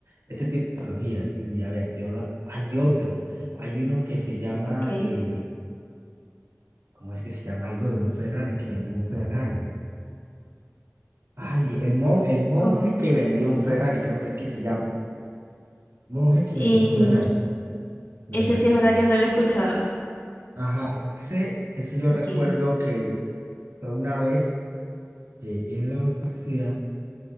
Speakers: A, on the right; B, on the left.
A: ese tipo de tecnologías. Y a ver, yo, hay otro, hay uno que se llama,
B: Ok,
A: eh, ¿cómo es que se llama? Algo de un Ferrari, que vendió un Ferrari. Ay, el, mon, el monje
B: como-
A: que vendió un Ferrari, creo que es que se llama. Monje que vendió
B: Y
A: un Ferrari, me
B: ese
A: parece.
B: sí es verdad que no lo he escuchado.
A: Ajá, ese, ese yo recuerdo
B: Ok,
A: que fue una vez eh, en la universidad